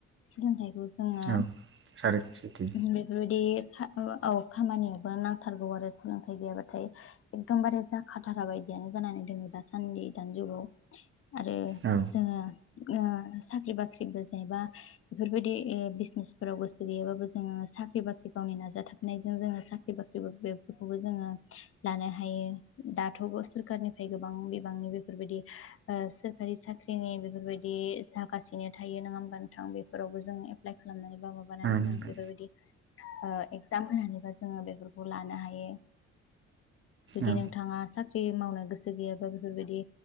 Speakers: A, on the left (about 50°); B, on the right (about 40°).
A: सोलोंथाइखौ जोङो
B: औ थारैनो सैथो
A: बेफोरबायदि एफा औ खामानियावबा नांथारगौ आरो सोलोंथाइ गैयाबाथाय एकदम बारे थाखा थाखा बायदियानो जानानै दोङो दासान्दि दानि जुगाव आरो
B: औ
A: जोङो ओ साख्रि बाख्रिबो जेनेबा बेफोरबायदि ए बिजनेसफोराव गोसो गैयाबाबो जोङो साख्रि बाख्रि गावनि नाजाथाबनायजों जोङो साख्रि बाख्रिबो बेफोरखौबो जोङो लानो हायो दाथ' सोरखारनिफ्राय गोबां बिबांनि बेफोरबायदि ओ सोरखारि साख्रिनि बेफोरबायदि जागासिनो थायो नोङा होमबा नोंथां बेफोरावबो जों एप्लाइ खालामनानै बा माबानानै जों
B: नोंथां
A: बेफोरबायदि ओ एगजाम होनानैबा जोङो बेफोरखौ लानो हायो। जुदि
B: औ
A: नोंथाङा साख्रि मावनो गोसो गैयाबा बेफोरबायदि